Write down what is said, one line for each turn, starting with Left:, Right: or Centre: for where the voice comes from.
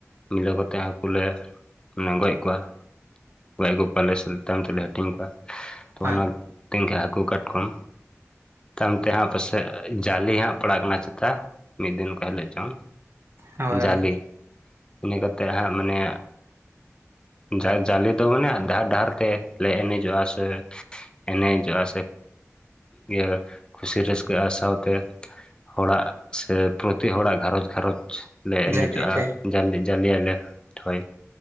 Left: ᱢᱤᱞᱟᱹᱣ ᱠᱟᱛᱮ ᱦᱟᱹᱠᱩᱞᱮ <unintelligible> ᱜᱚᱡ ᱠᱚᱣᱟ᱾ ᱜᱚᱡ ᱟᱹᱜᱩ ᱠᱚᱣᱟᱞᱮ ᱛᱟᱭᱚᱢ ᱛᱮᱞᱮ ᱦᱟᱹᱴᱤᱧ ᱠᱚᱣᱟ᱾ ᱛᱚ
Right: ᱦᱳᱭ
Left: ᱚᱱᱟ ᱛᱮᱦᱟᱸᱜ ᱦᱟᱹᱠᱩ ᱠᱟᱴᱠᱢ᱾ ᱛᱟᱭᱚᱢ ᱛᱮ ᱦᱟᱸᱜ ᱯᱟᱥᱮᱡ ᱡᱟᱞᱮ ᱦᱟᱸᱜ ᱯᱟᱲᱟᱜ ᱠᱟᱱᱟ ᱪᱮᱛᱟ, ᱢᱤᱫ ᱫᱤᱱ ᱚᱠᱟ ᱦᱤᱞᱳᱜ ᱪᱚᱝ᱾
Right: ᱦᱳᱭ
Left: ᱡᱟᱞᱮ᱾
Right: ᱦᱳᱭ
Left: ᱤᱱᱟᱹ ᱠᱟᱛᱮ ᱦᱟᱸᱜ ᱢᱟᱱᱮ ᱡᱟ ᱡᱟᱞᱮ ᱫᱚ ᱢᱟᱱᱮ ᱰᱟᱦᱟᱨ ᱰᱟᱦᱟᱨ ᱛᱮᱞᱮ ᱮᱱᱮᱡᱚᱜᱼᱟ ᱥᱮ ᱮᱱᱮᱡᱚᱜᱼᱟ ᱥᱮ ᱤᱭᱟᱹ ᱠᱷᱩᱥᱤ ᱨᱟᱹᱥᱠᱟᱹᱜᱼᱟ ᱥᱟᱶᱛᱮ ᱦᱚᱲᱟᱜ ᱥᱮ ᱯᱨᱚᱛᱤ ᱦᱚᱲᱟᱜ ᱜᱷᱟᱨᱚᱸᱡᱽ ᱜᱷᱟᱨᱚᱸᱡᱽ ᱞᱮ ᱮᱱᱮᱡᱚᱜᱼᱟ
Right: ᱡᱟᱞᱮᱭᱟᱯᱮ
Left: ᱡᱟᱞᱮ ᱡᱟᱞᱮ ᱭᱟᱞᱮ᱾ ᱦᱳᱭ,